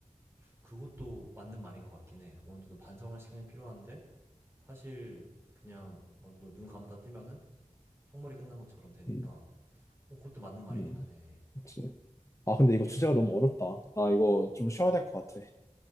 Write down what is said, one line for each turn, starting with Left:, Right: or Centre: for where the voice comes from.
Right: 그것도 맞는 말인 것 같긴 해. 어느 정도 반성할 시간이 필요한데 사실 그냥 어느 정도 눈 감았다 뜨면은 형벌이 끝난 것처럼 되니까
Left: 음,
Right: 어, 그것도 맞는 말이긴
Left: 음.
Right: 하네.
Left: 그치. 아, 근데 이거 주제가 너무 어렵다. 나 이거 좀 쉬어야 될 것 같아.